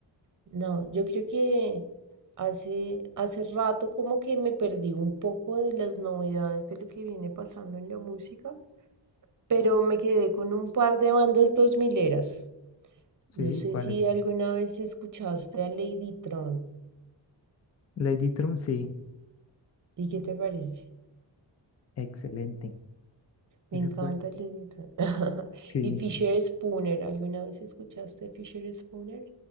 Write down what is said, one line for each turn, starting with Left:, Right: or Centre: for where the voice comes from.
Right: No, yo creo que hace, hace rato como que me perdí un poco de las novedades de lo que viene pasando en la música, pero me quedé con un par de bandas dos mileras.
Left: sí,
Right: No sé
Left: ¿cuál
Right: si
Left: es?
Right: alguna vez escuchaste a Lady Tron.
Left: Lady Tron, sí,
Right: ¿Y qué te parece?
Left: excelente.
Right: Me
Left: Esa
Right: encanta
Left: fue,
Right: Lily Tran. <laughs>
Left: sí,
Right: Y Fisher Spooner, ¿alguna vez escuchaste Fisher Spooner?